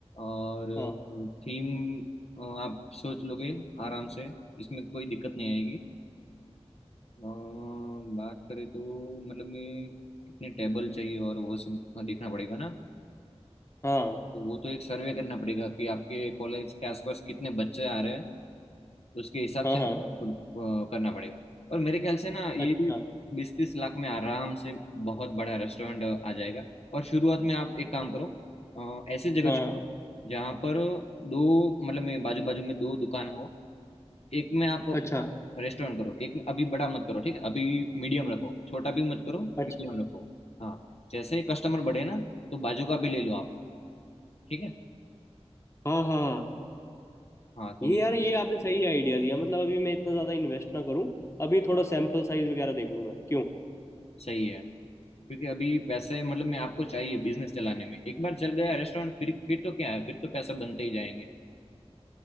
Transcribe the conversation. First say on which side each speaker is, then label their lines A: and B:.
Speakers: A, on the left; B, on the left.
A: और
B: हाँ
A: थीम आप सोच लोगे आराम से इसमें कोई दिक्कत नहीं आएगी अम, बात करें तो मतलब मैं कितने टेबल चाहिए और वो सब देखना पड़ेगा ना
B: हाँ
A: तो वो तो एक सर्वे करना पड़ेगा कि आपके कॉलेज के आसपास कितने बच्चे आ रहे हैं उसके हिसाब
B: हाँ
A: से
B: हाँ
A: आपको अ, करना पड़ेगा और मेरे ख्याल से ना ये
B: अच्छा
A: बीस तीस लाख में आराम से बहुत बड़ा रेस्टोरेंट आ जाएगा और शुरुआत में आप एक काम करो अ, ऐसी जगह
B: हाँ
A: चुनो
B: हाँ,
A: जहाँ पर दो मतलब मैं बाजू बाजू में दो दुकान हो एक में आप अपना
B: अच्छा
A: रेस्टोरेंट करो एक में अभी बड़ा मत करो ठीक है अभी मीडियम रखो छोटा भी मत करो मीडियम
B: अच्छा
A: रखो हाँ जैसे कस्टमर बढ़े ना तो बाजू का भी ले लो आप ठीक है
B: हाँ हाँ हाँ।
A: हाँ तो
B: ये
A: ये
B: यार ये आपने सही आइडिया दिया मतलब अभी मैं इतना ज़्यादा इन्वेस्ट ना करूं अभी थोड़ा सैंपल साइज वगैरह देख लूं मैं क्यों
A: सही है क्योंकि अभी पैसे मतलब मैं आपको चाहिए बिजनेस चलाने में एक बार चल गया रेस्टोरेंट फिर फिर तो क्या है फिर तो पैसा बनते ही जाएंगे